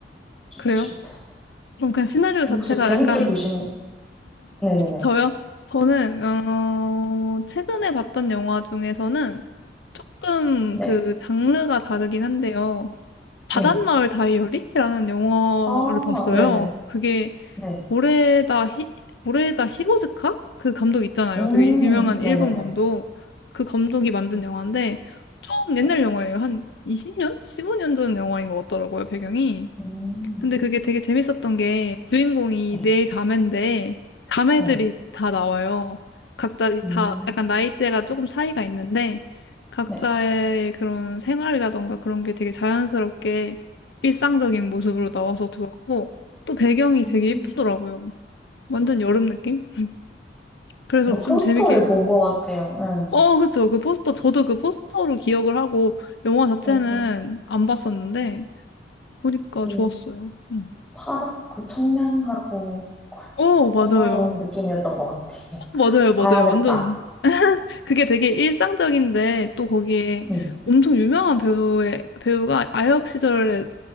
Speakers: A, in the centre; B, on the left (about 75°).
A: 좋지
B: 그래요?
A: 못했어요.
B: 그럼 그냥 시나리오
A: 혹시
B: 자체가
A: 재밌게
B: 약간
A: 보신, 네네네.
B: 저요? 저는 어 최근에 봤던 영화 중에서는 조금
A: 네,
B: 그 장르가 다르긴 한데요. 바닷마을
A: 네.
B: 다이어리라는 영화를
A: 아,
B: 봤어요.
A: 네네.
B: 그게
A: 네.
B: 보레다 히, 보레다 히로즈카? 그 감독 있잖아요.
A: 음,
B: 되게 유- 유명한
A: 네네네.
B: 일본 감독. 그 감독이 만든
A: 음,
B: 영화인데 좀 옛날
A: 네.
B: 영화예요. 한 20년? 15년 전 영화인 것 같더라고요, 배경이.
A: 음,
B: 근데 그게 되게 재밌었던 게 주인공이
A: 네.
B: 네 자매인데 자매들이
A: 네.
B: 다 나와요. 각자
A: 음,
B: 다 약간 나이대가 조금 차이가 있는데 각자의
A: 네.
B: 그런 생활이라던가 그런 게 되게 자연스럽게 일상적인 모습으로 나와서 좋았고 또 배경이 되게
A: 음.
B: 예쁘더라고요. 완전 여름 느낌? 그래서
A: 뭔가
B: 좀
A: 포스터를
B: 재밌게.
A: 본 것 같아요. 네.
B: 어, 그쵸. 그 포스터, 저도 그 포스터로 기억을 하고, 영화 자체는
A: 맞아.
B: 안 봤었는데, 보니까
A: 되게
B: 좋았어요. 응.
A: 파랗고 청량하고
B: 어, 맞아요.
A: 영화로운 느낌이었던 것 같아요.
B: 어, 맞아요, 맞아요.
A: 봐야겠다.
B: 완전. 그게 되게 일상적인데, 또 거기에
A: 네.
B: 엄청 유명한 배우의, 배우가 아역 시절에